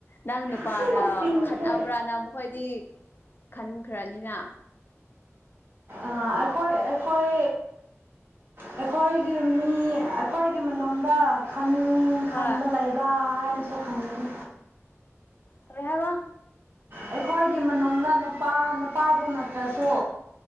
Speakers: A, on the left; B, on the right.
A: ꯅꯪ ꯅꯨꯄꯥꯒ
B: ꯑꯁꯤ ꯅꯨꯄꯤꯁꯦ
A: ꯈꯠꯅꯕ꯭ꯔꯥꯅ ꯃꯈꯣꯏꯗꯤ ꯈꯟꯈ꯭ꯔꯅꯤꯅ
B: ꯑ ꯑꯩꯈꯣꯏ ꯑꯩꯈꯣꯏ ꯑꯩꯈꯣꯏꯒꯤ ꯃꯤ ꯑꯩꯈꯣꯏꯒꯤ ꯃꯅꯨꯡꯗ ꯅꯨꯡ
A: ꯍꯣꯏ
B: ꯈꯥꯟꯕ ꯂꯥꯏꯕ ꯅ ꯁꯣ ꯈꯥꯟꯒꯅꯤ
A: ꯀꯦꯍꯕ
B: ꯑꯩꯈꯣꯏꯒꯤ ꯃꯅꯨꯡꯗ ꯅꯨꯄꯥ ꯅꯨꯄꯥꯕꯨ ꯅꯠꯇ꯭ꯔꯁꯨ